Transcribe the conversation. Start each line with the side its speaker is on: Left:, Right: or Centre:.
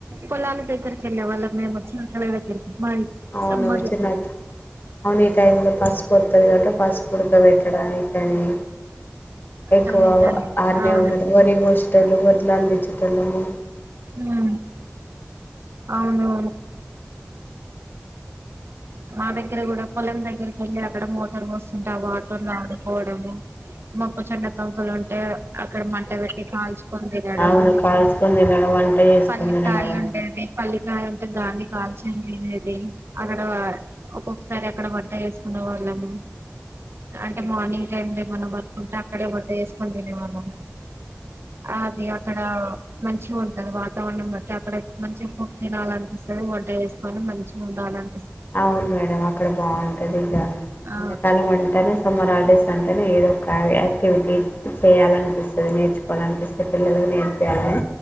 Right: పొలాల దగ్గరికి వెళ్ళే వాళ్ళ మేము వచ్చి నకళ దగ్గరికి మాది
Left: అవును
Right: సమ్మర్
Left: చిన్న అవును ఈ టైమ్ లో పసుపోత్తది కదా. పసుపుడక పెట్టడానికని ఎక్కువ
Right: కానీ కానీ
Left: ఆనే
Right: అవును
Left: ఉండేటి వరి కోసేటోళ్లము, వడ్లందించేటోళ్ళము.
Right: హ అవును మా దగ్గర కూడా పొలం దగ్గరకి వెళ్ళారు అక్కడ మోటర్ వస్తుంది అంటే ఆ వాటర్లు ఆడుకోవడము మాకు చెడాకా మక్కలు ఉంటే అక్కడ మంట పెట్టి కాల్చుకుొంది ఎడబ
Left: అవును కాల్చుకొని తినడం వంట చేసుకొని
Right: పల్లికాయ
Left: తినడము
Right: ఉండేది పల్లికాయ ఉంటే దాన్ని కాల్చేయం అది అక్కడ ఒక్కొక్కసారి అక్కడ వంట వేసుకునే వాళ్ళము అంటే మార్నింగ్ టైమ్ లోమై వర్క్ ఉంటే అక్కడే బట్ట చేేసుకొని తినవాళ్ళము అదిే అక్కడ మంచి మంచి ఉంటంది వాతావరణం బట్టి అక్కడ మంచిగా ఫు తినాలనిపిస్తుంది వంట చేసుకొని మంచిగా ఉండాలిని
Left: అ వును మేడం అక్కడ బాగుంటది ఇగ
Right: ఆ
Left: ఎండాకాలం అంటేనే సమ్మర్ హాలిడేస్ అంటేనే ఏదోక యాక్టివిటీస్ చేయాలనిపిస్తది, నేర్చుకోవాలనిపిస్తది, పిల్లలకి నేర్పియ్యాలీ,